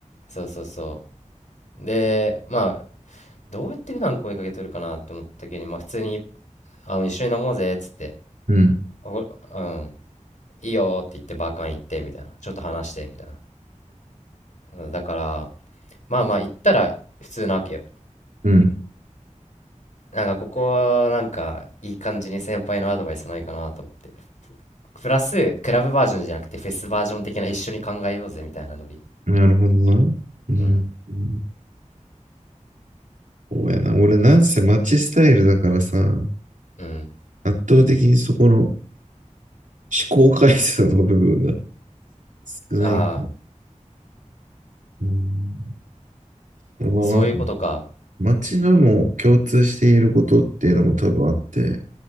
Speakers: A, on the left; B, on the right.
A: そうそうそう。で、まあ、どうやって普段声かけとるかなって思った時に、まあ普通に、あの、一緒に飲もうぜっつって、
B: うん、
A: おうん、いいよって言ってバーカン行ってみたいな、ちょっと話してみたいな。だから、まあまあ行ったら普通なわけよ。
B: うん、
A: なんかここはなんかいい感じに先輩のアドバイスないかなと思って。プラス、クラブバージョンじゃなくてフェスバージョン的な一緒に考えようぜみたいなノリ。
B: うん、なるほどな。うん、
A: うん。
B: うん、そうやな。俺なんせマッチスタイルだからさ、
A: うん。
B: 圧倒的にそこの思考回数の部分が少ない。
A: ああ、
B: うん。まあまあ、
A: そういうことか。
B: 街のも共通していることっていうのも多分あって、